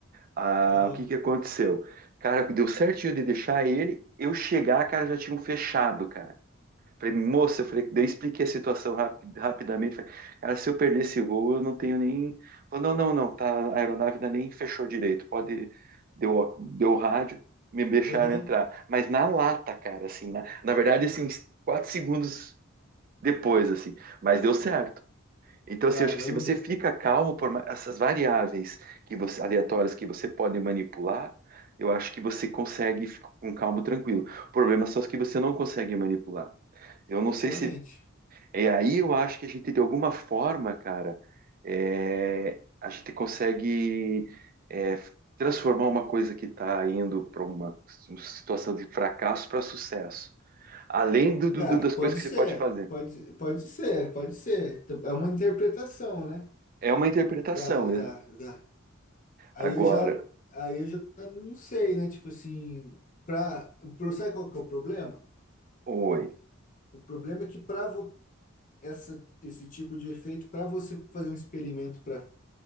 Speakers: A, on the right; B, on the left.
A: Ah,
B: Aham,
A: o que que aconteceu? Cara, deu certinho de deixar ele, eu chegar, cara, já tinham fechado, cara. Falei, moça, eu falei, daí eu expliquei a situação rapi- rapidamente. Falei, cara, se eu perder esse voo, eu não tenho nem. Falou, não, não, não, tá, a aeronave ainda nem fechou direito. Pode. Deu, deu o rádio, me deixaram
B: aham.
A: entrar. Mas na lata, cara, assim, na, na verdade, assim, uns quatro segundos depois, assim. Mas deu certo. Então,
B: Caramba,
A: assim, eu acho que se você fica calmo por ma- essas variáveis que você, aleatórias que você pode manipular, eu acho que você consegue ficar com calmo, tranquilo. O problema são as que você não consegue manipular. Eu
B: justamente.
A: não sei se. É aí eu acho que a gente, de alguma forma, cara, é, a gente consegue é, transformar uma coisa que está indo para uma, uma situação de fracasso para sucesso. Além do, do-
B: Cara,
A: das
B: pode
A: coisas que
B: ser,
A: você pode fazer.
B: pode, pode ser, pode ser. É uma interpretação, né?
A: É uma interpretação.
B: Da,
A: né?
B: da, da. Aí
A: Agora,
B: eu já, aí eu já não sei, né? Tipo assim, pra, pro- sabe qual que é o problema?
A: oi.
B: O problema é que para essa, esse tipo de efeito para você fazer um experimento para